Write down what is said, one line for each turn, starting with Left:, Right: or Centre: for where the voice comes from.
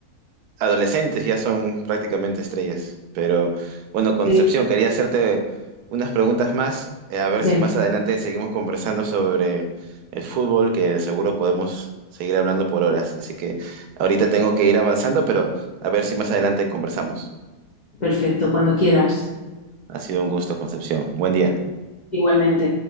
Right: adolescentes ya son prácticamente estrellas. Pero bueno, Concepción,
Left: Sí.
Right: quería hacerte unas preguntas más, eh, a ver
Left: Venga,
Right: si más adelante seguimos conversando sobre el fútbol, que seguro podemos seguir hablando por horas. Así que ahorita tengo que ir avanzando, pero a ver si más adelante conversamos.
Left: perfecto, cuando quieras.
Right: Ha sido un gusto, Concepción. Buen día.
Left: Igualmente.